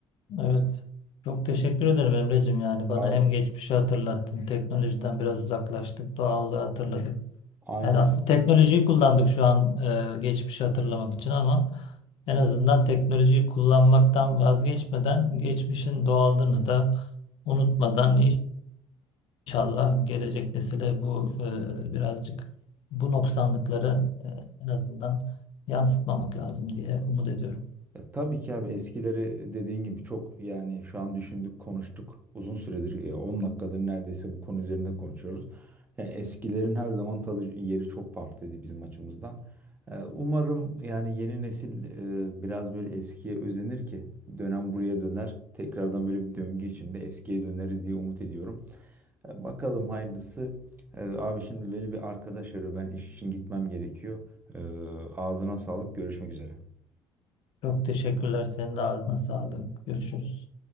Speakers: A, on the left; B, on the right.
A: Evet. Çok teşekkür ederim Emre'cim. Yani bana
B: Abi,
A: hem geçmişi hatırlattın, teknolojiden biraz uzaklaştık, doğallığı hatırladık.
B: aynen.
A: Yani aslında teknolojiyi kullandık şu an e, geçmişi hatırlamak için ama en azından teknolojiyi kullanmaktan vazgeçmeden geçmişin doğallığını da unutmadan inşallah gelecek nesile bu e, birazcık bu noksanlıkları e, en azından yansıtmamak lazım diye umut ediyorum.
B: Ya tabii ki abi eskileri e, dediğin gibi çok yani şu an düşündük konuştuk uzun süredir e, 10 dakikadır neredeyse bu konu üzerinde konuşuyoruz. Ya eskilerin her zaman tadı yeri çok farklıydı bizim açımızdan. E, Umarım yani yeni nesil e, biraz böyle eskiye özenir ki dönem buraya döner. Tekrardan böyle bir döngü içinde eskiye döneriz diye umut ediyorum. E, Bakalım hayırlısı. E, Abi şimdi beni bir arkadaş arıyor ben iş için gitmem gerekiyor. E, Ağzına sağlık görüşmek üzere.
A: Çok teşekkürler. Senin de ağzına sağlık. Görüşürüz.